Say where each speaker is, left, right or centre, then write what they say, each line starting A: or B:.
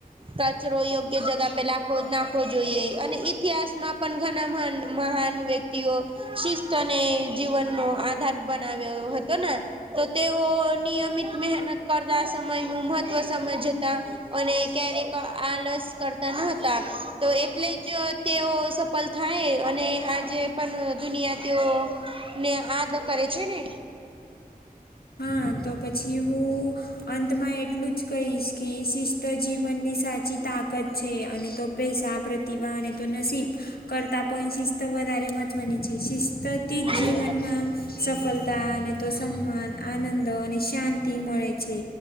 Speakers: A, on the right; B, on the left.
A: કચરો યોગ્ય જગા પેલા ખો નાખવો જોઈએ અને ઇતિહાસમાં પણ ઘણા મહાન મહાન વ્યક્તિઓ શિસ્તને જીવનનો આધાર બનાવ્યો હતો ને તો તેઓ નિયમિત મહેનત કરતા સમયનું મહત્વ સમયજતા. અને ક્યારેક આલસ કરતા ન હતા તો એટલે જ તેઓ સફળ થાય અને આજે પણ દુનિયા તેઓ ને આ તો કરે છે ને.
B: હા તો પછી હું અંતમાં એટલું જ કહીશ કે શિસ્ત જીવનની સાચી તાકાત છે અને તો પૈસા પ્રતિભા અને તો નસીબ કરતા પણ શિસ્ત વધારે મહત્વની છે શિસ્તથી
A: અને
B: જ જીવનમાં સફળતા અને તો સન્માન, આનંદ અને શાંતિ મળે છે